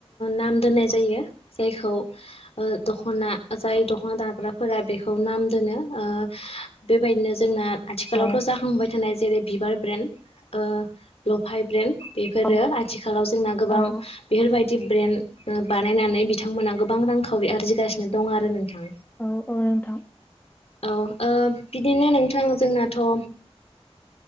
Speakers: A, on the left (about 70°); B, on the left (about 20°).
A: नाम दोननाय जायो जायखौ ओ दख'ना जाय द दखना दाग्राफोरा बेखौ नाम दोनो अ बेबायदिनो जोंना आथिखालावथ'
B: औ
A: जाखांबाय थानाय जेरै बिबार ब्रेन्ड ओ लफाय ब्रेन्ड बेफोरो
B: औ
A: आथिखालाव जोंना गोबां
B: औ
A: बेफोरबायदि टि ब्रेन्ड ओ बानायनानै बिथांमोनहा गोबां रांखावरि आरजिगासिनो दं आरो नोंथां
B: औ औ नोंथां
A: औ ओ बिदिनो नोंथां जोंनाथ' ओ